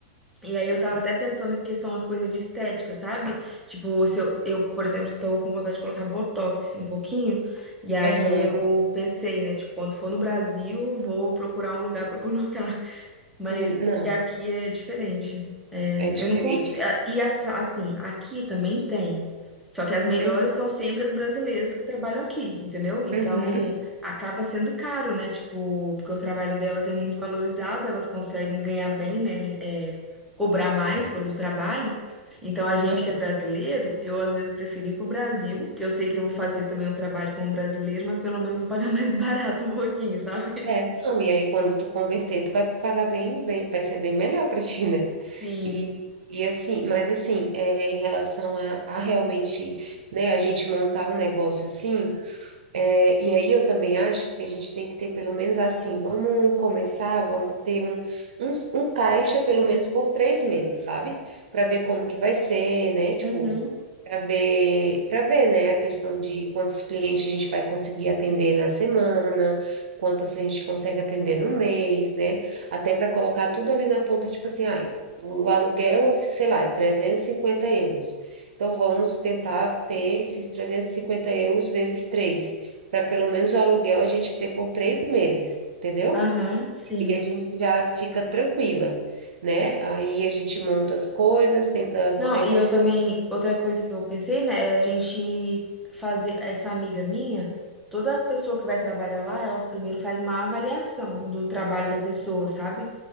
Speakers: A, in the centre; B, on the right.
A: E aí eu tava até pensando em questão de coisa de estética, sabe? Tipo, se eu, eu, por exemplo, tô com vontade de colocar botox um pouquinho. E aí
B: Aham,
A: eu pensei, né? Tipo, quando for no Brasil, vou procurar um lugar pra <laughs> colocar
B: Sim,
A: mas
B: não,
A: que aqui é diferente. É,
B: é diferente.
A: Eu não confio. E as- assim, aqui também tem. Só que as melhores
B: Uhum,
A: são sempre as brasileiras que trabalham aqui, entendeu? Então
B: uhum.
A: acaba sendo caro, né? Tipo, porque o trabalho delas é muito valorizado, elas conseguem ganhar bem, né? É, cobrar mais pelo trabalho. Então
B: Sim,
A: a gente
B: aham.
A: que é brasileiro, eu às vezes prefiro ir pro Brasil, que eu sei que eu vou fazer também um trabalho como brasileiro, mas pelo menos vou pagar <laughs> mais barato um pouquinho, sabe?
B: É, não, e aí quando tu converter, tu vai pagar bem, bem, vai ser bem melhor para ti, né?
A: Sim.
B: E, e assim, mas assim, é, em relação a, a realmente, né, a gente montar um negócio assim, é, e aí eu também acho que a gente tem que ter pelo menos assim, vamos começar, vamos ter um, um, um caixa pelo menos por três meses, sabe? Para ver como que vai ser, né? Tipo,
A: Uhum.
B: para ver, para ver, né, a questão de quantos clientes a gente vai conseguir atender na semana, quantos a gente consegue atender no mês, né? Até para colocar tudo ali na ponta, tipo assim, ah, o aluguel, sei lá, é 350 euros. Então vamos tentar ter esses 350 euros vezes três, para pelo menos o aluguel a gente ter por três meses, entendeu?
A: Aham, sim.
B: E a gente já fica tranquila. Né? Aí a gente monta as coisas, tenta,
A: Não,
B: né,
A: e
B: conseguir
A: eu também, outra coisa que eu pensei, né, é a gente fazer, essa amiga minha, toda pessoa que vai trabalhar lá, ela primeiro faz uma avaliação do trabalho da pessoa, sabe?